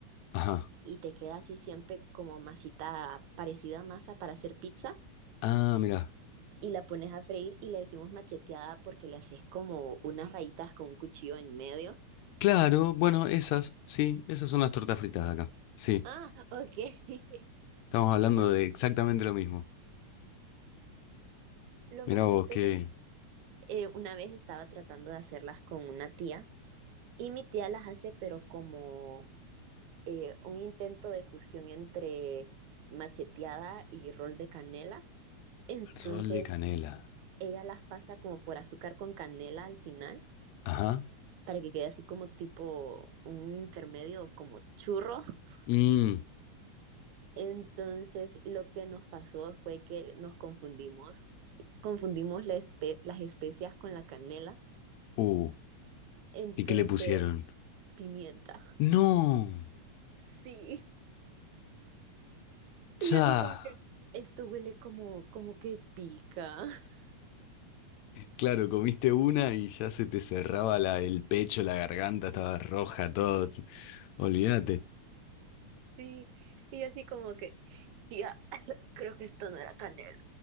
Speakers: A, on the left; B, on the right.
A: Ajá.
B: y te queda así siempre como masita parecida a masa para hacer pizza
A: Ah, mira.
B: y la pones a freír y le decimos macheteada porque le haces como unas rayitas con un cuchillo en medio.
A: Claro, bueno, esas, sí, esas son las tortas fritas de acá. Sí,
B: Ah, ok. <laughs>
A: estamos hablando
B: En-
A: de exactamente lo mismo.
B: Lo
A: Mira
B: más chistoso
A: vos, qué
B: es eh, una vez estaba tratando de hacerlas con una tía y mi tía las hace pero como eh, un intento de fusión entre macheteada y rol de canela. Entonces
A: rol de canela.
B: ella las pasa como por azúcar con canela al final
A: Ajá.
B: para que quede así como tipo un intermedio como churro. <laughs>
A: Mmm.
B: Entonces lo que nos pasó fue que nos confundimos, confundimos la espe- las especias con la canela.
A: Uh.
B: Entonces,
A: ¿Y qué le pusieron?
B: pimienta.
A: No.
B: <laughs> Sí. Y
A: Cha.
B: yo así como que esto huele como, como que pica. <laughs>
A: Claro, comiste una y ya se te cerraba la, el pecho, la garganta, estaba roja, todo. Olvídate.
B: Sí. Y yo así como que Tía, <laughs> creo que esto no era canela.